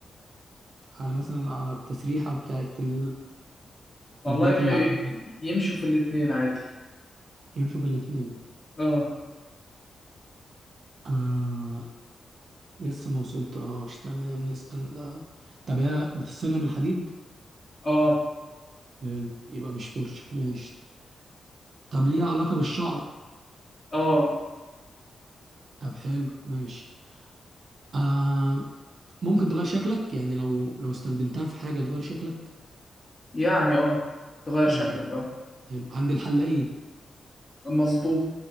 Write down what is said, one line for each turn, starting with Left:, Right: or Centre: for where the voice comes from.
Right: على مثلا على التسريحة بتاعت ال-
Left: والله
Right: البيت
Left: ي-
Right: اللي عندنا
Left: يمشوا في الاتنين عادي
Right: يمشوا في الاتنين
Left: اه
Right: آه لسه ما وصلتلهاش تمام نسأل آه، طب هي بتصنع من الحديد
Left: اه
Right: حلو يبقى مش فرشة ماشي طب ليها علاقة بالشعر
Left: اه
Right: طب حلو ماشي آه ممكن تغير شكلك يعني لو لو استخدمتها في حاجة تغير شكلك
Left: يعني اه تغير
Right: يعني
Left: شكلك اه
Right: حلو عند الحلاقين
Left: مظبوط